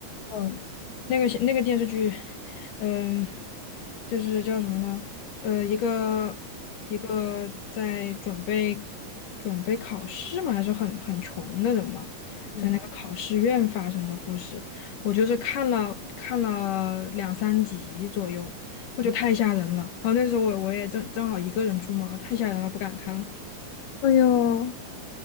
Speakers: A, on the left; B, on the left.
A: 嗯
B: 那个那个电视剧，嗯，就是叫什么呢？呃，一个一个在准备准备考试嘛，还是很很穷的人嘛，
A: 嗯，
B: 在那个考试院发生的故事，我就是看了看了两三集左右，我觉得太吓人了。然后那时候我我也正正好一个人住嘛，太吓人了，不敢看了。
A: 哎呦，